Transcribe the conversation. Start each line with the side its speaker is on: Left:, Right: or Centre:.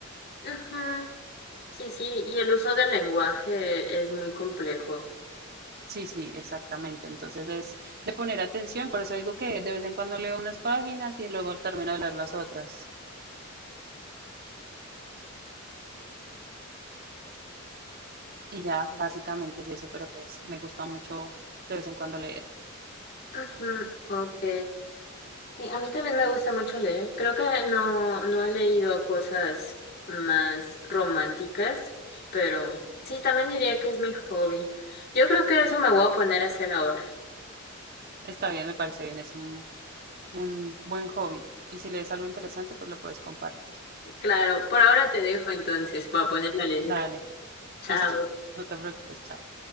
Left: Ujú. Sí, sí, y el uso del lenguaje es muy complejo.
Right: Sí, sí, exactamente. Entonces es de poner atención, por eso digo que de vez en cuando leo unas páginas y luego termino de leer las otras. Y ya, básicamente es eso, pero pues me gusta mucho de vez en cuando leer.
Left: Ujú, ok. Sí, a mí también me gusta mucho leer. Creo que no, no he leído cosas más románticas, pero sí, también diría que es mi hobby. Yo creo que eso me voy a poner a hacer ahora.
Right: Está bien, me parece bien, es un, un buen hobby. Y si lees algo interesante, pues lo puedes compartir.
Left: Claro, por ahora te dejo entonces, para ponerme a leer.
Right: Dale,
Left: Chao.
Right: listo, no te preocupes, chao.